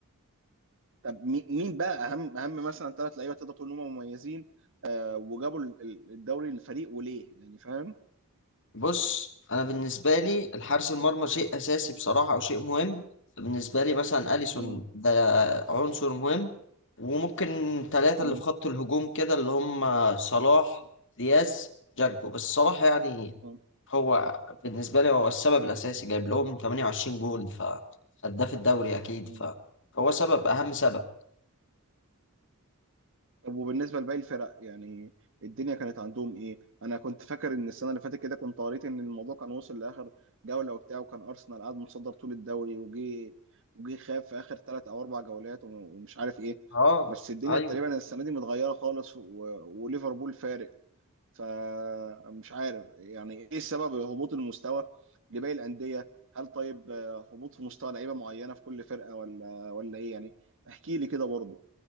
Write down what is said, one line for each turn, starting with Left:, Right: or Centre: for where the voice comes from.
Right: طب مي- مين بقى اهم اهم مثلا ثلاث لعيبه تقدر تقول ان هم مميزين آه، وجابوا ال- ال- الدوري للفريق وليه يعني فاهم؟
Left: بص انا بالنسبه لي الحارس المرمى شيء اساسي بصراحه او شيء مهم بالنسبه لي مثلا اليسون
Right: مم.
Left: ده عنصر مهم وممكن ثلاثه
Right: مم.
Left: اللي في خط الهجوم كده اللي هم صلاح دياز جاكبو بس صلاح يعني
Right: مم.
Left: هو بالنسبه لي هو السبب الاساسي جايب لهم 28 جول فهداف الدوري اكيد
Right: مم.
Left: فهو سبب اهم سبب
Right: طب وبالنسبه لباقي الفرق يعني الدنيا كانت عندهم ايه؟ انا كنت فاكر ان السنه اللي فاتت كده كنت قريت ان الموضوع كان وصل لاخر جوله وبتاع وكان ارسنال قاعد متصدر طول الدوري وجي وجي خاف في اخر ثلاث او اربع جولات وم- ومش عارف ايه
Left: اه
Right: بس الدنيا
Left: ايوه
Right: تقريبا السنه دي متغيره خالص و... وليفربول فارق فمش عارف يعني ايه السبب هبوط المستوى لباقي الانديه هل طيب آه، هبوط في مستوى لعيبه معينه في كل فرقه ولا ولا ايه يعني احكي لي كده برضه